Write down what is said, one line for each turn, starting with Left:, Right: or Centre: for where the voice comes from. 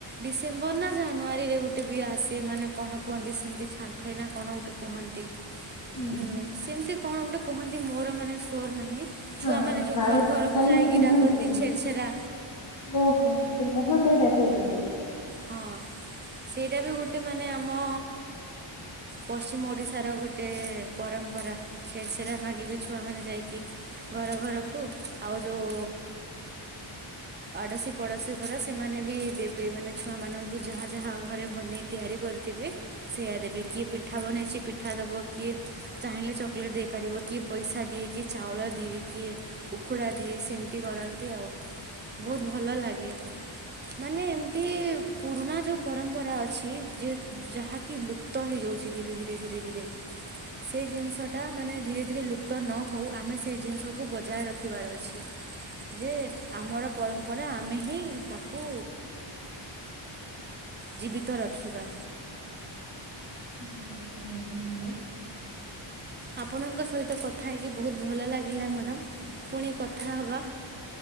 Right: ଡିସେମ୍ବର ନା ଜାନୁଆରୀରେ ଗୋଟେ ବି ଆସେ ମାନେ କଣ କୁହନ୍ତି ସେମିତି ଛାଡ଼ ଖାଇନା କଣ ଗୋଟେ କୁହନ୍ତି।
Left: ହୁଁ।
Right: ଉଁ ସେମିତି କଣ ଗୋଟେ କହନ୍ତି ମୋର ମାନେ ସୋର ନାହିଁ। ଛୁଆମାନେ
Left: ନା
Right: ଯୋଉଁ
Left: ଛାଡ
Right: ଘର ଘରକୁ
Left: ଖାଇ
Right: ଯାଇକି
Left: କୁହନ୍ତି।
Right: ଡାକନ୍ତି ଛେର ଛେରା।
Left: ଓହୋ ସେଇଟା ହଁ ସେଇଟା ସେଇଟା ସେଇଟା।
Right: ହଁ ସେଇଟା ବି ଗୋଟେ ମାନେ ଆମ ପଶ୍ଚିମ ଓଡ଼ିଶାର ଗୋଟେ ପରମ୍ପରା ଛେର ଚେରା ମାଗିବେ ଛୁଆମାନେ ଯାଇକି। ଘର ଘରକୁ ଆଉ ଯେଉଁ ଆଡୋଶୀ ପଡୋଶୀ ଘର ସେମାନେ ବି ଦେବେ ମାନେ ଛୁଆମାନଙ୍କୁ ଯାହା ଯାହା ଘରେ ବନେଇ ତିଆରି କରିଥିବେ। ସେଇୟା ଦେବେ କିଏ ପିଠା ବନେଇଛି ପିଠା ଦବ କିଏ ଚାହିଁଲେ ଚକୋଲେଟ୍ ଦେଇପାରିବ କିଏ ପଇସା ଦିଏ କିଏ ଚାଉଳ ଦିଏ କିଏ ଉକୁଡ଼ା ଦିଏ ସେମିତି କରନ୍ତି ଆଉ ବହୁତ ଭଲ ଲାଗେ ମାନେ ଏମତି ଏମତି ପୁରୁଣା ଯେଉଁ ପରମ୍ପରା ଅଛି ଯେ ଯାହାକି ଲୁପ୍ତ ହେଇଯାଉଛି ଧୀରେ ଧୀରେ ଧୀରେ ଧୀରେ। ସେ ଜିନିଷଟା ମାନେ ଧୀରେ ଧୀରେ ଲୁପ୍ତ ନହଉ ଆମେ ସେ ଜିନିଷକୁ ବଜାୟ ରଖିବାର ଅଛି। ଯେ ଆମର ପରମ୍ପରା ଆମେ ହିଁ ତାକୁ ଜୀବିତ ରଖିବା।
Left: ହଁ ଠା ତମେ ମିିଲ।
Right: ଆପଣଙ୍କ ସହିତ କଥା ହେଇକି ବହୁତ ଭଲ ଲାଗିଲା ମ୍ୟାଡ଼ମ୍ ପୁଣି କଥା ହବା